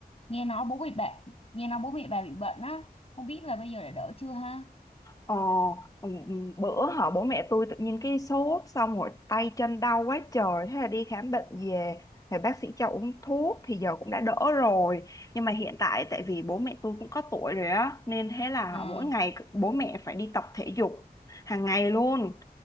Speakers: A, on the left (about 35°); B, on the left (about 20°).
A: nghe nói bố bị bạn nghe nói bố mẹ bà bị bệnh á không biết là bây giờ đã đỡ chưa ha
B: Ờ, ừ, ừ, bữa họ bố mẹ tôi tự nhiên cái sốt xong rồi tay chân đau quá trời thế là đi khám bệnh về thì bác sĩ cho uống thuốc thì giờ cũng đã đỡ rồi nhưng mà hiện tại tại vì bố mẹ tôi cũng có tuổi rồi á nên thế là
A: ờ
B: mỗi ngày bố mẹ phải đi tập thể dục hàng ngày luôn